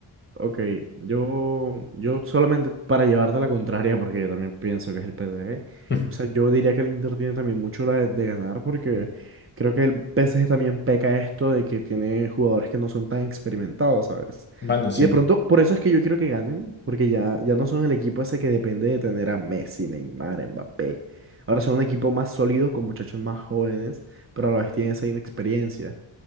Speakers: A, on the right (about 25°); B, on the left (about 20°).
A: Ok, yo, yo solamente para llevarte la contraria, porque yo también pienso que es el PSG.
B: <laughs>
A: O sea, yo diría que el Inter tiene también mucho la de, de ganar, porque creo que el PSG también peca esto de que tiene jugadores que no son tan experimentados, ¿sabes?
B: Bueno, sí,
A: Y de pronto, por eso es que yo quiero que ganen, porque ya, ya no son el equipo ese que depende de tener a Messi, Neymar, Mbappé. Ahora son un equipo más sólido, con muchachos más jóvenes, pero a la vez tienen esa inexperiencia.